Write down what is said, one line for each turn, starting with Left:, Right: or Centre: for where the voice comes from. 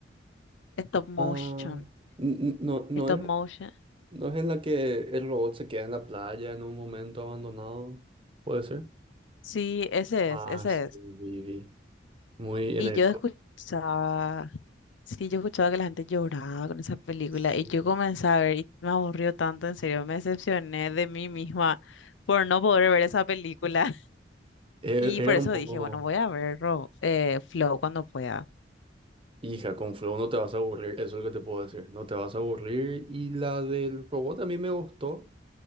Left: stop motion.
Right: Ah, n- n- no, no
Left: Stop
Right: es,
Left: motion.
Right: no es en la que el robot se queda en la playa en un momento abandonado, puede ser.
Left: Sí, ese
Right: Ah,
Left: es, ese
Right: sí,
Left: es.
Right: vi, vi. Muy en
Left: Y
Right: el
Left: yo escuchaba, sí, yo escuchaba que la gente lloraba con esa película
Right: Sí.
Left: y yo comencé a ver y me aburrió tanto, en serio, me decepcioné de mí misma por no poder ver esa película. <laughs>
Right: E-
Left: Y
Right: Era
Left: por eso
Right: un poco,
Left: dije, bueno, voy a ver Ro- eh, Flow cuando pueda.
Right: hija, con Flow no te vas a aburrir, eso es lo que te puedo decir, no te vas a aburrir. Y la del robot a mí me gustó,